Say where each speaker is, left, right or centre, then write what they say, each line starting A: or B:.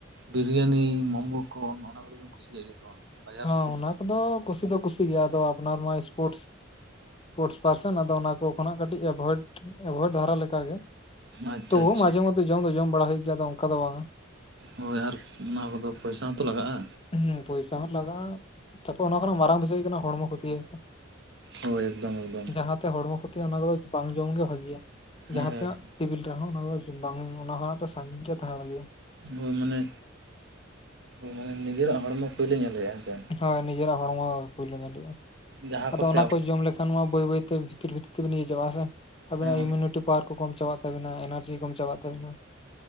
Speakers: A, on the right; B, on the left.
A: ᱵᱤᱨᱤᱭᱟᱱᱤ ᱢᱳᱢᱳ ᱠᱚ ᱱᱚᱱᱟ ᱠᱚᱫᱚᱵᱤᱱ ᱠᱩᱥᱤᱭᱟᱜ ᱜᱮᱭᱟ ᱥᱮ ᱵᱟᱝ? ᱵᱟᱡᱟᱨ
B: ᱦᱚᱸ
A: ᱨᱮ
B: ᱚᱱᱟ ᱠᱚᱫᱚ ᱠᱩᱥᱤ ᱫᱚ ᱠᱩᱥᱤ ᱜᱤ ᱟᱫᱚ ᱟᱯᱱᱟᱨ ᱢᱟ <unintelligible> <unintelligible> ᱯᱟᱨᱥᱮᱱ ᱟᱫᱚ ᱚᱱᱟ ᱠᱚ ᱠᱷᱚᱱᱟᱜ ᱠᱟᱹᱴᱤᱡ ᱮᱵᱷᱚᱭᱮᱰ ᱮᱵᱷᱚᱭᱮᱰ ᱫᱷᱟᱨᱟ ᱞᱮᱠᱟᱜᱮ
A: ᱟᱪᱪᱷᱟ
B: ᱛᱚ
A: ᱟᱪᱪᱷᱟ
B: ᱢᱟᱡᱷᱮ ᱢᱚᱫᱷᱮ ᱡᱚᱢ ᱫᱚ ᱡᱚᱢ ᱵᱟᱲᱟ ᱦᱩᱭᱩᱜ ᱜᱮᱭᱟ ᱟᱫᱚ ᱚᱱᱠᱟ ᱫᱚ ᱵᱟᱝᱟ
A: ᱦᱳᱭ ᱟᱨ ᱚᱱᱟ ᱠᱚᱫᱚ ᱯᱚᱭᱥᱟ ᱦᱚᱸᱛᱚ ᱞᱟᱜᱟᱜ-ᱟ
B: ᱦᱩᱸ ᱯᱚᱭᱥᱟ ᱦᱚᱸ ᱞᱟᱜᱟᱜ-ᱟ ᱛᱟᱯᱚᱨ ᱚᱱᱟ ᱠᱷᱚᱱᱟᱜ ᱢᱟᱨᱟᱝ ᱵᱤᱥᱚᱭ ᱠᱟᱱᱟ ᱦᱚᱲᱢᱚ ᱠᱷᱚᱛᱤᱭᱟ
A: ᱦᱳᱭ ᱮᱠᱫᱚᱢ ᱮᱠᱫᱚᱢ
B: ᱡᱟᱦᱟᱸᱛᱮ ᱦᱚᱲᱢᱚ ᱠᱷᱚᱛᱤ ᱭᱟ ᱚᱱᱟ ᱠᱚᱫᱚ ᱵᱟᱝ ᱡᱚᱢᱜᱮ ᱵᱷᱟᱜᱤᱭᱟ
A: ᱦᱮᱸ
B: ᱡᱟᱦᱟᱸ ᱛᱤᱱᱟᱹᱜ ᱥᱤᱵᱤᱞ ᱨᱮᱦᱚᱸ ᱚᱱᱟ ᱫᱚ ᱵᱟᱝ ᱚᱱᱟ ᱠᱷᱚᱱᱟᱜ ᱫᱚ ᱥᱟᱺᱜᱤᱧ ᱜᱮ ᱛᱟᱦᱮᱸ ᱰᱷᱟᱜᱮᱭᱟ᱾
A: ᱦᱳᱭ ᱢᱟᱱᱮ ᱢᱟᱱᱮ ᱱᱤᱡᱮᱨᱟᱜ ᱦᱚᱲᱢᱚ ᱯᱳᱭᱞᱳ ᱧᱮᱞ ᱦᱩᱭᱩᱜ-ᱟ ᱦᱮᱸᱥᱮ
B: ᱦᱳᱭ ᱱᱤᱡᱮᱨᱟᱜ ᱦᱚᱲᱢᱚ ᱯᱳᱭᱞᱳ ᱧᱮᱞ ᱦᱩᱭᱩᱟ
A: ᱡᱟᱦᱟᱸ
B: ᱟᱫᱚ
A: ᱠᱚᱛᱮ
B: ᱚᱱᱟ
A: ᱟᱵᱚ
B: ᱠᱚ ᱡᱚᱢ ᱞᱮᱠᱷᱼ ᱠᱷᱟᱱ ᱢᱟ ᱵᱟᱹᱭ ᱵᱟᱹᱭᱛᱮ ᱵᱷᱤᱛᱤᱨ ᱵᱷᱤᱛᱤᱨ ᱛᱮᱵᱤᱱ ᱤᱭᱟᱹ ᱪᱟᱵᱟᱜ-ᱟ ᱥᱮ ᱟᱵᱮᱱᱟᱜ
A: ᱦᱮᱸ ᱢᱟᱱᱮ
B: ᱤᱢᱤᱭᱩᱱᱤᱴᱤ ᱯᱟᱨᱼ ᱠᱚ ᱠᱚᱢ ᱪᱟᱵᱟᱜ ᱛᱟᱵᱤᱱᱟ ᱮᱱᱟᱨᱡᱤ ᱠᱚᱢ ᱪᱟᱵᱟᱜ ᱛᱟᱵᱤᱱᱟ